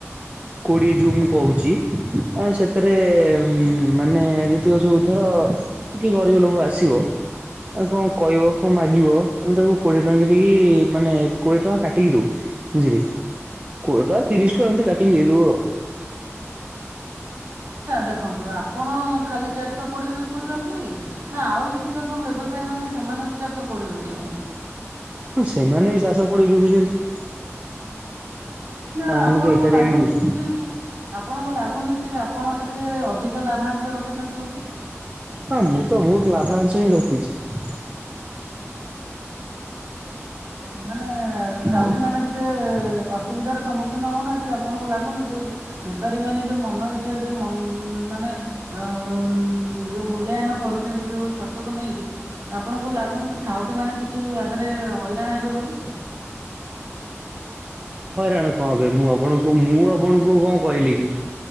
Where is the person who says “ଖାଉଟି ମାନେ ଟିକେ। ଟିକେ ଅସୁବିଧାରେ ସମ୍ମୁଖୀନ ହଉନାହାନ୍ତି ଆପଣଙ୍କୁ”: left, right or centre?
Right